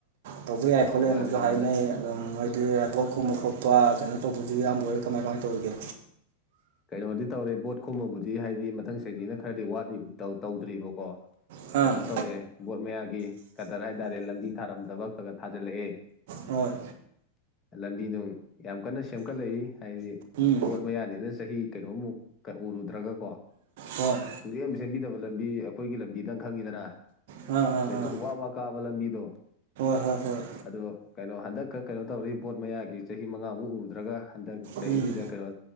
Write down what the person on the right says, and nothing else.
ꯇꯧꯕ ꯌꯥꯏ ꯈꯣꯠꯂꯦ
ꯑꯗꯨꯁꯨ ꯍꯥꯏꯅꯩ
ꯑꯗꯨꯝ ꯍꯥꯏꯗꯤ ꯔꯥꯏꯕꯣꯠ ꯈꯨꯝꯕ ꯈꯣꯠꯄ ꯀꯩꯅꯣ ꯇꯧꯕꯁꯨ ꯏꯌꯥꯝꯕ ꯑꯣꯏꯔꯦ ꯀꯃꯥꯏ ꯀꯃꯥꯏꯅ ꯇꯧꯔꯤꯒꯦ
ꯑꯥ
ꯍꯣꯏ
ꯎꯝ
ꯍꯣꯏ
ꯑꯥ ꯑꯥ
ꯑꯥ
ꯍꯣꯏ ꯍꯣꯏ
ꯎꯝ